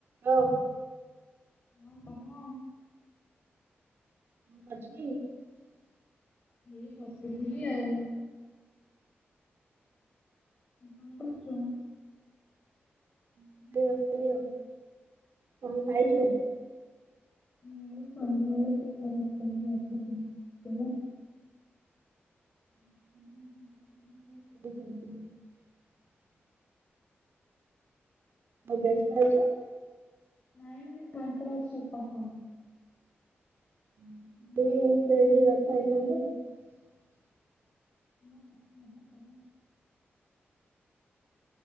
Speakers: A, on the right; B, on the left.
A: Hello
B: ହଁ କହ
A: <unintelligible>
B: ଏଇ ବସିଥିଲି ଆଉ କଣ କରୁଛୁ?
A: ଏଇ ବସିଥିଲି ଆଉ କଣ ଖାଇଛୁ?
B: <unintelligible>
A: <unintelligible> ହଉ ବ୍ୟସ୍ତ ଆଇଛ
B: ନାଇଁ ନାଇଁ ଫାଙ୍କା ଅଛି କହ
A: <unintelligible>
B: ମୁ କଥା ହବା ପରେ